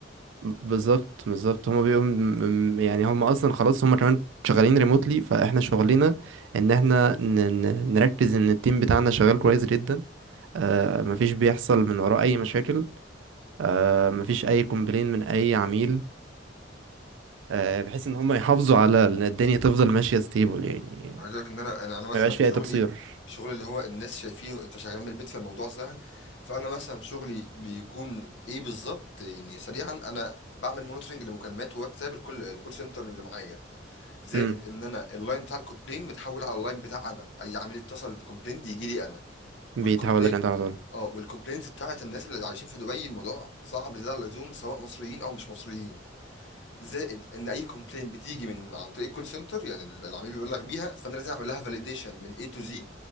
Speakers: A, on the right; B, on the left.
A: ب- بالظبط بالظبط هما بيبقوا م- م- يعني هما اصلا خلاص هما كمان شغالين ريموتلي فاحنا شغلنا ان احنا ن- ن- نركز ان التيم بتاعنا شغال كويس جدا آه، مفيش بيحصل من وراه أي مشاكل آه، مفيش أي كومبلين من أي عميل آه، بحيث إن هم يحافظوا على إن الدنيا تفضل ماشية ستيبل يعني
B: أنا عايز اقول لك ان انا انا أنا مثلا
A: ما يبقاش فيها
B: شغلي
A: أي تقصير
B: شغل اللي هو الناس شايفينه انت شغال من البيت فالموضوع سهل فانا مثلا شغلي بيكون ايه بالظبط يعني سريعا انا بعمل مونيتورنج لمكالمات واتساب الكول الكول سنتر اللي معايا زائد
A: امم
B: ان انا اللاين بتاع الكومبلين متحول على اللاين بتاع انا اي عميل اتصل بكومبلين يجي لي انا
A: بيتحول
B: والكومبلين
A: لك أنت على طول
B: اه والكومبلينز بتاعت الناس اللي عايشين في دبي الموضوع صعب زيادة عن اللزوم سواء مصريين او مش مصريين زائد ان اي كومبلين بتيجي من عن طريق الكول سنتر يعني العميل بيبلغ بيها فانا لازم اعمل لها فاليديشن من A to Z